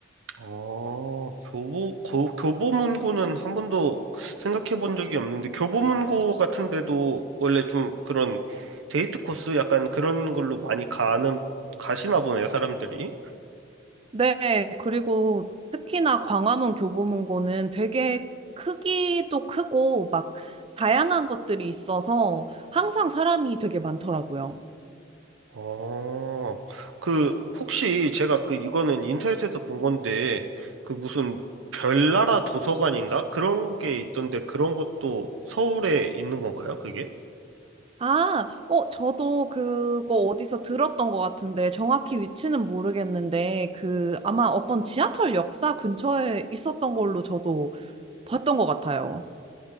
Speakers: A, on the right (about 85°); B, on the right (about 30°).
A: 어, 교보, 고- 교보문고는 한 번도 생각해 본 적이 없는데, 교보문고 같은 데도 원래 좀 그런 데이트 코스 약간 그런 걸로 많이 가는, 가시나 보네요, 사람들이.
B: 네, 그리고 특히나 광화문 교보문고는 되게 크기도 크고 막 다양한 것들이 있어서 항상 사람이 되게 많더라고요.
A: 어, 그, 혹시 제가 그, 이거는 인터넷에서 본 건데, 그 무슨 별나라 도서관인가? 그런 게 있던데, 그런 것도 서울에 있는 건가요, 그게?
B: 아, 어, 저도 그거 어디서 들었던 것 같은데 정확히 위치는 모르겠는데 그 아마 어떤 지하철 역사 근처에 있었던 걸로 저도 봤던 것 같아요.